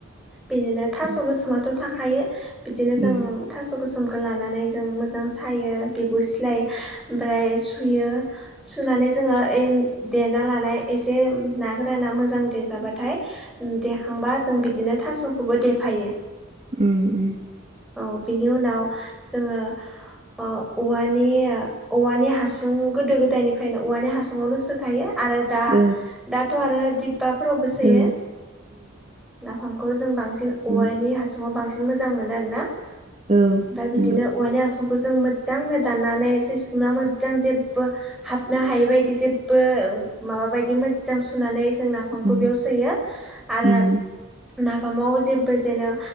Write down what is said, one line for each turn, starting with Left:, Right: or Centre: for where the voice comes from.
Centre: बिदिनो
Right: उम
Centre: थास' गोसोमाथ' थाखायो बिदिनो जों
Right: उम
Centre: थास' गो सोमखो लानानै जों मोजां सायो बिगुर स्लाय ओमफ्राय सुयो। सुनानै जोङो ओइ देना लानाय एसे ना गोराना मोजां देजाबाथाय देखांबा जों बिदिनो थास'खौबो देफायो।
Right: उम उम।
Centre: औ बिनि उनाव जोङो ओ औवानि ओ औवानि हा सुं गोदो गोदायनिफ्रायनो औवानि हासुङावनो सोखायो आरो दा
Right: औ
Centre: दाथ' आरो दिब फाफोरावबो सोयो।
Right: औ
Centre: नाफामखौ जों बांसिन औवानि
Right: औ
Centre: हासुङाव बां सिन मोजां मोनो आरो ना।
Right: औ
Centre: ओमफ्राय बिदिनो
Right: नंगौ
Centre: औवानि हासुंफोर जों मोजजांनो दाननानै सिस्टुम ना मो जां जेबो हाबनो हायै बायदि जेबबो माबा बायदि मोजां सुनानै जों नाफामखौ
Right: उम
Centre: बेयाव सोयो आरो
Right: उम
Centre: नाफामाव जेबो जेनो